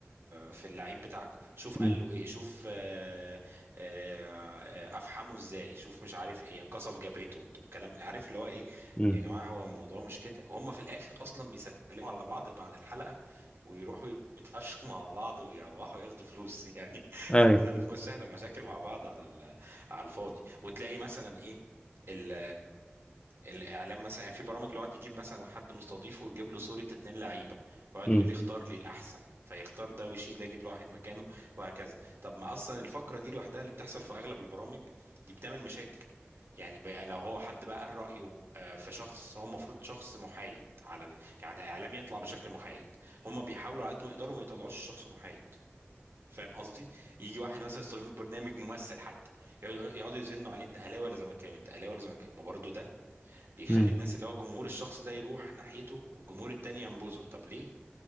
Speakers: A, on the right; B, on the left.
A: في اللعيب بتاعكم شوف قال
B: امم
A: له ايه شوف آه، آه، آه، افحمه ازاي شوف مش عارف ايه قصف جبهته الكلام عارف اللي هو ايه
B: امم
A: يا جماعه هو الموضوع مش كده وهم في الاخر اصلا بيسلموا على بعض بعد الحلقه ويروحوا يتعشوا مع بعض ويروحوا ياخدوا فلوس <laughs> يعني
B: اي
A: فاحنا بنخش احنا مشاكل مع بعض على ال... على الفاضي وتلاقي مثلا ايه ال الاعلام مثلا يعني في برامج اللي يقعد يجيب مثلا حد مستضيفه ويجيب له صورة اتنين لعيبة ويقعد
B: امم
A: يقول لي اختار لي الاحسن فيختار ده ويشيل ده يجيب له واحد مكانه وهكذا طب ما اصلا الفقرة دي لوحدها اللي بتحصل في اغلب البرامج دي بتعمل مشاكل يعني بقى لو هو حد بقى قال رأيه آه، في شخص هو المفروض شخص محايد على ال... يعني اعلام يطلع بشكل محايد هم بيحاولوا على قد ما يقدروا ما يطلعوش شخص محايد فاهم قصدي يجي واحد مثلا يستضيف برنامج ممثل حتى يقعدوا يقعدوا يزنوا عليه انت اهلاوي ولا زملكاوي انت اهلاوي ولا زملكاوي ما برضه ده بيخلي
B: امم
A: الناس اللي هو الجمهور الشخص ده يروح ناحيته والجمهور التاني ينبذه طب ليه